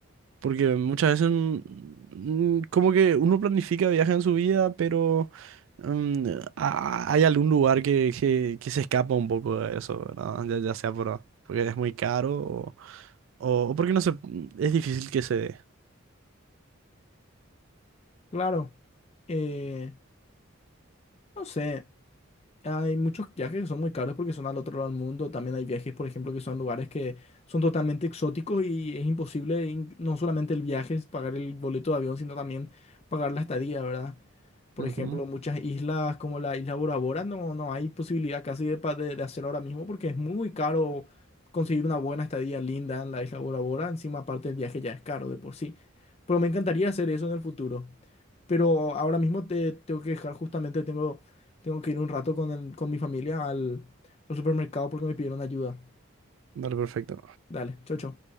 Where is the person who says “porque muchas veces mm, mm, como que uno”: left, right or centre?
Right